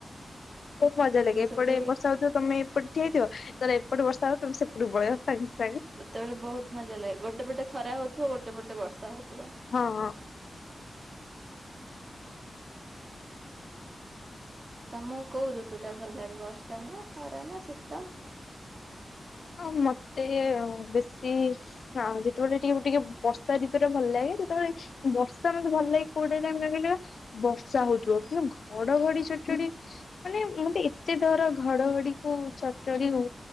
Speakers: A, on the left (about 60°); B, on the right (about 40°).
A: ବହୁବ ମଜା ଲାଗେ
B: ମୁଁ
A: ଏପଟେ
B: ସେତେବେଳେ
A: ବର୍ଷା ହଉଥିବ ତମେ ଏପଟ ଠିଆହେଇଥିବ ତାରେ ଏପଟେ ବର୍ଷା ହବ ତମେ ସେପଟୁ ପଳଆ କାହିଁ?
B: ସେତେବେଳେ ବହୁତ ମଜା ଲାଗେ ଗୋଟେ ପଟେ ଖରା ହଉଥିବ ଗୋଟେ ପଟେ ବର୍ଷା ହଉଥିବ।
A: ହଁ ହଁ।
B: ତ ମୁଁ କୋଉ ଋତୁ ଟା ଭଲ ଲାଗେ ବର୍ଷା ନା ଖରା ନା ଶୀତ?
A: ହ ମତେ ବେଶୀ ହଁ ଯେତେବେଳେ ଟିକେ ଟିକେ ବର୍ଷାଋତୁଟା ଭଲ ଲାଗେ ଯେତେବେଳେ ବର୍ଷା ମତେ ଭଲାଗେ କୋଉଟା ଟାଇମ‌ ରେ କହିଲା। ବର୍ଷା ହଉଥିବ କିନ୍ତୁ ଘଡଘଡି ଚଡ ଚଡି। ମାନେ ମତେ ଏତେ ଡର ଘଡଘଡି କୁ ଚଡ ଚଡି କୁ